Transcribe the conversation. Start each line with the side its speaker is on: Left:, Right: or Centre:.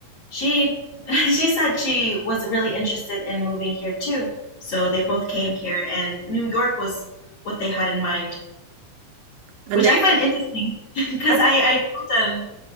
Left: she <laughs> she said she was really interested in moving here too. So they both came here, and New York was what they had in mind,
Right: And
Left: which
Right: they
Left: I find interesting <laughs> because
Right: had
Left: I, I told them